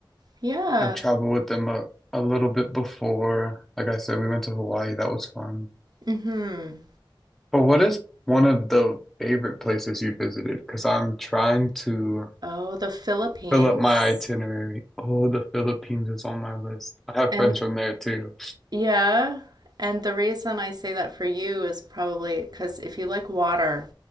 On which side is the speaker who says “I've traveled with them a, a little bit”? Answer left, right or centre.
Centre